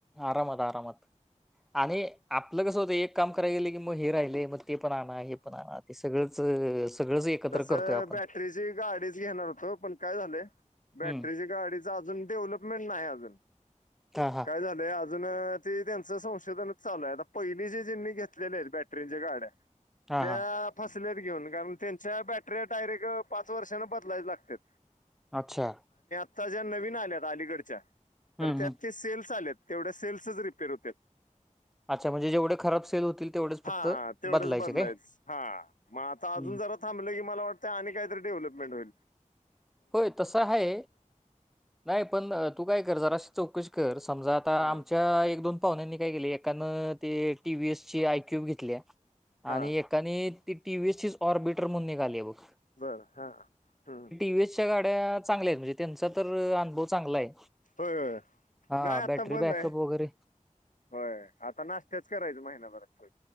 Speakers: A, in the centre; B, on the left.
A: आरामात आरामात आणि आपलं कसं होतं एक काम करायला गेलं की मग हे राहिले मग ते पण आण हे पण आण ते सगळंच सगळंच एकत्र
B: तस
A: करतोय आपण
B: बॅटरीची गाडीच घेणार होतो पण काय झाले बॅटरीच्या
A: हम्म
B: गाडीच अजून डेव्हलपमेंट नाही अजून
A: हा हा
B: काय झालंय अजून ते त्यांचं संशोधनच चालूय पहिली जे जे मी घेतलेले आहेत बॅटरीचे गाड्या
A: हा
B: त्या
A: हा
B: फसल्यात घेऊन कारण त्यांच्या बॅटरी डायरेक्ट पाच वर्षांने बदलायच लागतात
A: अच्छा
B: आता ज्या नवीन आल्यात अलीगडच्या
A: हम्म
B: तर त्यात
A: हम्म
B: ते सेल्स आलेत तेवढ्या सेल्सच रिपेअर होत
A: अच्छा म्हणजे जेवढे खराब सेल होतील तेवढेच फक्त
B: हा तेवढंच
A: बदलायचे
B: बदलायच
A: काय
B: हा मग आता अजून
A: हम्म.
B: अजून जरा थांबलं की मला वाटतंय काही तरी डेव्हलपमेंट होई
A: होय तस आहे नाही पण तू काय कर जराशी चौकशी कर समजा आता
B: हा
A: आमच्या एक दोन पाहण्यानी काय के एकानं ते टी व् एस ची आयक्यूब घेतली
B: हा
A: आणि एकाने ती व्हीसचीच ऑर्बिटर म्हणून आल्या बग
B: बरं हा हम्म
A: टीव्हीसच्या गाड्या चांगल्या आहेत म्हणजे त्यांचा तर अनुभव चांगला आहे
B: होय हो
A: हा
B: नाही आता
A: बॅटरी
B: बंद
A: बॅकअप
B: आहे
A: वगैरे
B: होय आता नाशते नस् आहे महिनाभर हो